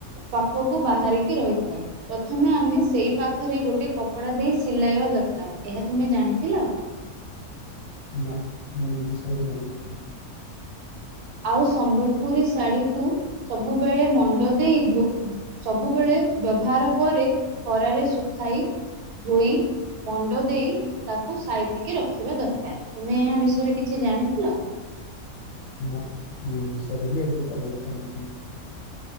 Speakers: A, on the right (about 75°); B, on the left (about 65°).
A: ପାଖକୁ ବାହାରିକି ରହିଥାଏ ପ୍ରଥମେ ଆମେ ସେଇ ପାଖ। ପାଖରେ ଗୋଟେ କପଡା ଦେଇ ସିଲାଇବା ଦରକାର ଏହା ତୁମେ ଜାଣିଥିଲ।
B: ନା ମୁଁ ଏ ବିଷରେ ଜଣି ନଥିଲି।
A: ଆଉ ସମ୍ବଲପୁରୀ ଶାଢୀ କୁ। ସବୁବେଳେ ମଣ୍ଡ ଦେଇ ଧୋ ସବୁବେଳେ ବ୍ୟବହାର ପରେ। ଖରାରେ ଶୁଖାଇ ଧୋଇ ମଣ୍ଡ ଦେଇ ତାକୁ ସାଇ ତି କି ରଖିବା ଦରକାର ତୁମେ ଏହା ବିଷୟରେ କିଛି ଜାଣିଥିଲ।
B: ନା ମଁ ଏ ବିଷୟରେ ବି ଏବ ଅବଗତ ନଥିଲି।